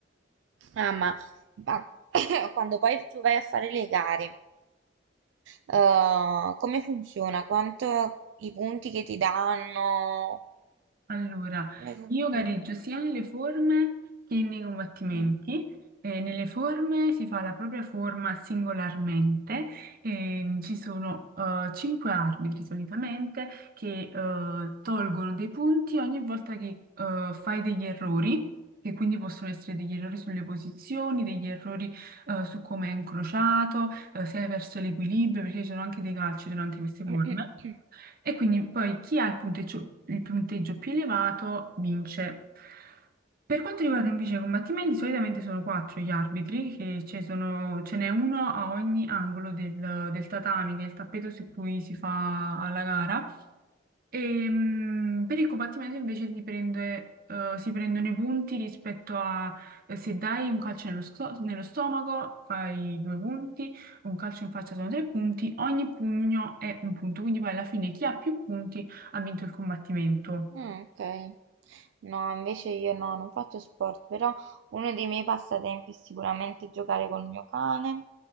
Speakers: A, on the right; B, on the right.
A: Ah, ma, ma <coughs> quando poi tu vai a fare le gare, eh, come funziona? Quanto i punti che ti danno?
B: Allora,
A: Come funziona?
B: io gareggio sia nelle forme che nei combattimenti.
A: Mm?
B: Eh, nelle forme si fa la propria forma singolarmente, e ci sono eh, cinque arbitri solitamente che eh, tolgono dei punti ogni volta che eh, fai degli errori, che quindi possono essere degli errori sulle posizioni, degli errori eh, su come è incrociato, eh, se è verso l'equilibrio, perché ci sono anche dei calci durante queste forme.
A: <clears throat>
B: E quindi poi chi ha il punteggio, il punteggio più elevato vince. Per quanto riguarda invece i combattimenti, solitamente sono quattro gli arbitri, che ci sono- ce n'è uno a ogni angolo del, del tatami, che è il tappeto su cui si fa la gara. E, mh, per il combattimento invece si prende, eh, si prendono i punti rispetto a eh, se dai un calcio nello, sto- nello stomaco fai due punti, un calcio in faccia sono tre punti, ogni pugno è un punto, quindi poi alla fine chi ha più punti ha vinto il combattimento.
A: Ah, ok. No, invece io no, non faccio sport, però uno dei miei passatempi è sicuramente giocare col mio cane